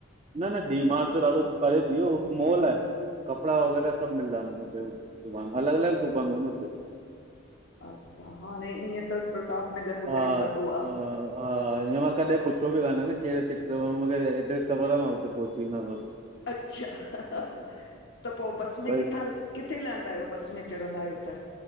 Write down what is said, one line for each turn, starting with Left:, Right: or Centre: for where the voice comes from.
Right: न-न डी मार्ट त ॾाढो परे ती इहो हिक मोल आये। कपड़ा वगैरह सॿ मिलंदा नते दुकान अलॻ-अलॻ दुकान हु न हुते।
Left: अच्छा हाणे ईअं त प्रताप नगर ॿि
Right: हा
Left: घणेई वॾो आ।
Right: हा हा इअं मां कॾे पुछयो ॿि काने न केड़े सेक्टर में मूंखे एड्रेस ख़बर आ मां हुते पहुची वेंदों मां ॿस।
Left: अच्छा त पो बस में
Right: भई
Left: किथां? किथे लहंदा आयो बस में चढ़ंदा आयो त?